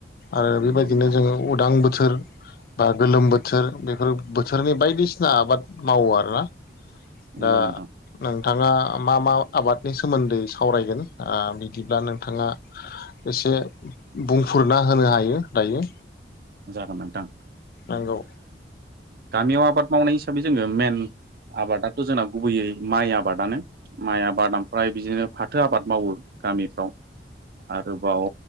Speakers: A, on the left; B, on the right.
A: आरो
B: नंगौ
A: बेबायदिनो
B: नोंथां
A: जोङो उदां बोथोर बा गोलोम बोथोर बेफोर बोथोरनि बायदिसिना आबाद मावो आरोना
B: नंगौ
A: दा
B: नोंथां
A: नों नोंथाङा मा मा आबादनि सोमोन्दै सावरायगोन बिदिब्ला नोंथाङा एसे बुंफोरना होनो हायो दायो।
B: जागोन नोंथां
A: नंगौ
B: गामियाव आबाद मावनाय हिसाबै जोङो मेन आबादाथ' जोंना गुबैयै माइ आबादानो माइ आबाद ओमफ्राय बिदिनो फाथो आबाद मावो। गामिफ्राव आरोबाव